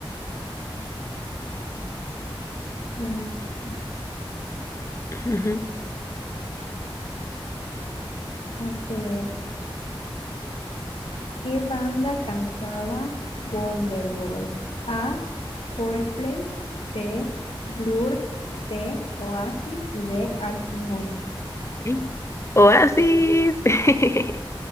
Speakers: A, on the left; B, on the left.
A: Y música.
B: Ujú.
A: A ver, ¿qué banda cantaba Wonderwall? A, Coldplay, B, Blur, C, Oasis y D, Arctic Monkeys.
B: Sí. Oasis. <laughs>